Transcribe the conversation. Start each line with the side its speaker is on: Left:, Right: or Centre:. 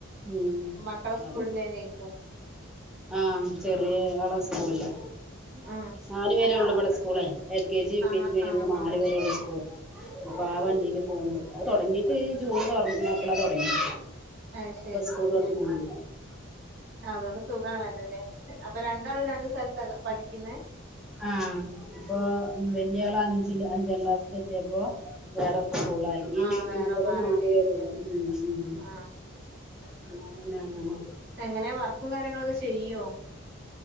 Centre: ഉം
Right: മക്കള സ്കൂളിന്റെ
Centre: അത്
Right: തന്നെ ഇപ്പോ
Centre: ആഹ് ചെറിയ ആള സ്‌കൂളില്ലേ
Right: ആ
Centre: നാല് വേരെ ഉള്ളു ഇവ്ടെ school L K G U
Right: ആ
Centre: കെ ജി കഴിഞ്ഞാ
Right: ആ
Centre: നാല്
Right: ആ
Centre: വരെയല്ലേ സ്കൂള് അപ്പൊ ആ വണ്ടീല് പോണ് ണ്ട്. അത് തൊടങ്ങീട്ട് ജൂണ് തൊറന്നപ്പളാ തൊടങ്ങിയ
Right: അയ്ശരി
Centre: ബസ് സ്‌കൂളു <unintelligible>
Right: ഏ അതുകൊണ്ട് സുഖാണല്ലോ ല്ലേ അപ്പൊ രണ്ടാളും രണ്ട് സ്ഥലത്താ പഠിക്കുന്നേ?
Centre: ആഹ് ഇപ്പൊ വലിയ ആള് അഞ്ചില് അഞ്ചാം ക്ലാസിൽ എത്തിയേക്കുവാ. വേറെ ഫുള്ളായി. ഈ
Right: ആ വേറെ
Centre: ഇവിടെ
Right: മാറേണ്ടി
Centre: നാലു
Right: വരൂല്ലേ
Centre: പേരുള്ളൂ. ഊം ഊം
Right: ആ
Centre: <unintelligible> പിന്നെ അങ്ങനെ
Right: എങ്ങനെ വർക്കും കാര്യങ്ങളൊക്ക ചെയ്യോ